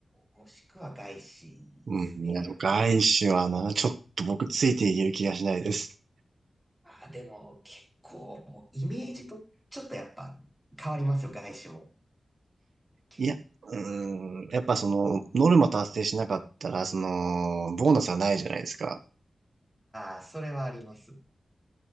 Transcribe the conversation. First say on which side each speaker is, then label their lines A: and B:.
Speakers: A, in the centre; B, on the right.
A: もしくは外資ですね、
B: うん、いや、
A: やっぱ。
B: 外資はな、ちょっと僕ついていける気がしないです。
A: あ、でも結構、イメージとちょっとやっぱ変わりますよ、外資も。け、
B: いや、うーん、やっぱその、ノルマ達成しなかったら、その、ボーナスはないじゃないですか。
A: ああ、それはあります。